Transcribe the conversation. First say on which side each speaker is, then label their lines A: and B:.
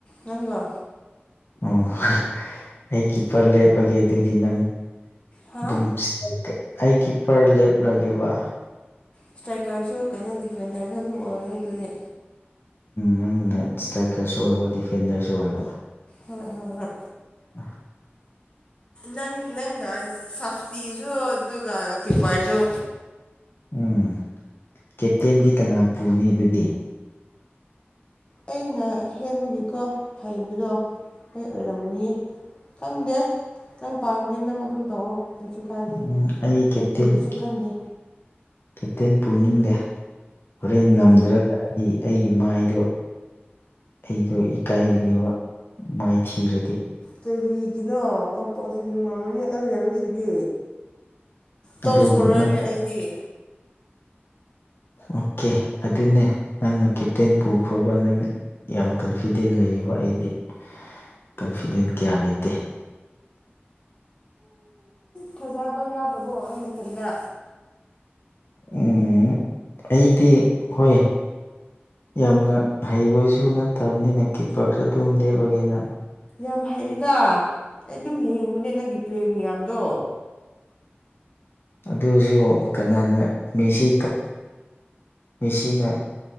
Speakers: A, on the left; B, on the left.
A: ꯅꯪꯒ
B: ꯑꯣ ꯑꯩ ꯀꯤꯄꯔ ꯂꯦꯞꯄꯒꯦ ꯑꯗꯨꯏꯗꯤ ꯅꯪ
A: ꯍꯥ
B: ꯑꯗꯨꯝ ꯑꯩ ꯀꯤꯄꯔ ꯂꯦꯞꯂꯒꯦꯕ
A: ꯏꯁꯇ꯭ꯔꯥꯏꯀꯔꯁꯨ ꯀꯩꯅꯣ ꯗꯤꯐꯦꯟꯗꯔꯁꯨ ꯑꯗꯨꯝ ꯑꯣꯏꯔꯒꯦ ꯑꯗꯨꯗꯤ
B: ꯅꯪꯅ ꯏꯁꯇ꯭ꯔꯥꯏꯀꯔꯁꯨ ꯑꯣꯏꯕ ꯗꯤꯐꯦꯟꯗꯔꯁꯨ ꯑꯣꯏꯕ
A: ꯍꯣꯏ ꯍꯣꯏ ꯍꯣꯏ
B: ꯑ
A: ꯅꯪ ꯅꯪꯅ ꯁꯐꯇꯤꯁꯨ ꯑꯗꯨꯒ ꯀꯤꯞꯄꯔꯁꯨ
B: ꯎꯝ ꯀꯦꯞꯇꯦꯟꯗꯤ ꯀꯅꯥ ꯄꯨꯅꯤ ꯑꯗꯨꯗꯤ
A: ꯑꯩꯅ ꯍꯦꯟꯕꯒꯤꯀꯣ ꯍꯩꯕꯗꯣ ꯑꯩ ꯑꯣꯏꯔꯝꯒꯅꯤꯌꯦ ꯈꯪꯗꯦ ꯅꯪ ꯄꯥꯝꯁ ꯅꯪ ꯑꯗꯨꯝ ꯇꯧꯑꯣ ꯀꯩꯁꯨ ꯀꯥꯏꯗꯦ
B: ꯎꯝ ꯑꯩ
A: ꯅ
B: ꯀꯦꯞꯇꯦꯟ
A: ꯀꯨꯔꯤꯁꯨ ꯈꯟꯗꯦ
B: ꯀꯦꯞꯇꯦꯟ ꯄꯨꯅꯤꯡꯗꯦ ꯍꯣꯔꯦꯟ
A: ꯀꯔꯤꯒꯤ
B: ꯉꯝꯗ꯭ꯔꯒ ꯍꯥꯏꯗꯤ ꯑꯩꯒꯤ ꯃꯥꯏꯗꯣ ꯑꯩꯗꯣ ꯏꯀꯥꯏꯒꯅꯦꯕ ꯃꯥꯏꯊꯤꯔꯗꯤ
A: ꯀꯔꯤꯒꯤꯅꯣ ꯀꯝꯄꯜꯁꯔꯤ ꯉꯝꯃꯅꯤ ꯑꯩ ꯂꯩꯔꯤꯁꯤꯗꯤ ꯇꯣꯞ
B: ꯑꯗꯣ
A: ꯏꯁꯀꯣꯔꯔꯅꯤ
B: ꯅꯪ
A: ꯑꯩꯗꯤ
B: ꯑꯣꯀꯦ ꯑꯗꯨꯅꯦ ꯅꯪꯅ ꯀꯦꯞꯇꯦꯟ ꯄꯨꯈ꯭ꯔꯣꯕ ꯅꯪ ꯌꯥꯝ ꯀꯟꯐꯤꯗꯦꯟ ꯂꯩꯌꯦꯕ ꯑꯩꯗꯤ ꯀꯟꯐꯤꯗꯦꯟ ꯀꯌꯥ ꯂꯩꯇꯦ <unintelligible>
A: ꯊꯥꯖꯕ ꯌꯥꯗ꯭ꯔꯕꯣꯅ ꯅꯨꯡꯊꯜꯗ
B: ꯎ ꯑꯩꯗꯤ ꯍꯣꯏ ꯌꯥꯝꯅ ꯍꯩꯕꯁꯨ ꯅꯠꯇꯕꯅꯤꯅ ꯀꯤꯞꯄꯔꯗꯣ ꯑꯗꯨꯝ ꯂꯦꯞꯄꯒꯦꯅ
A: ꯌꯥꯝ ꯍꯩꯗ ꯑꯩ ꯑꯗꯨꯝ ꯌꯦꯡꯕꯅꯦ ꯅꯪꯒꯤ ꯄ꯭ꯂꯦ ꯃꯌꯥꯝꯗꯣ
B: ꯑꯗꯨꯁꯨ ꯀꯅꯥꯅ ꯃꯦꯁꯤ ꯃꯤꯁꯤꯅ